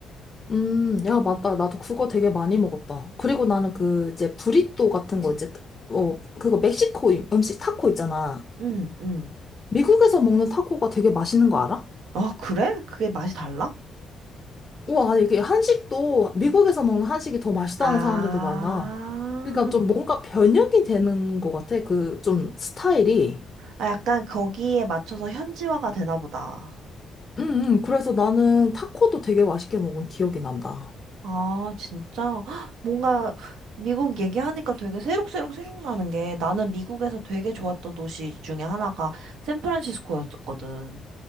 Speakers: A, on the left (about 30°); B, on the right (about 85°).
A: 음, 야, 맞다. 나도 그거 되게 많이 먹었다. 그리고 나는 그, 이제, 브리또 같은 거, 이제, 어, 그거 멕시코 이- 음식 타코 있잖아.
B: 응, 응.
A: 미국에서 먹는 타코가 되게 맛있는 거 알아?
B: 아, 그래? 그게 맛이 달라?
A: 우와, 이게 한식도, 미국에서 먹는 한식이 더 맛있다는
B: 아.
A: 사람들도 많아. 그러니까 좀 뭔가 변형이 되는 것 같아. 그, 좀, 스타일이.
B: 아, 약간 거기에 맞춰서 현지화가 되나 보다.
A: 응, 응. 그래서 나는 타코도 되게 맛있게 먹은 기억이 난다.
B: 아, 진짜? <gasps> 헉, 뭔가 미국 얘기하니까 되게 새록새록 생각나는 게 나는 미국에서 되게 좋았던 도시 중에 하나가 샌프란시스코였거든.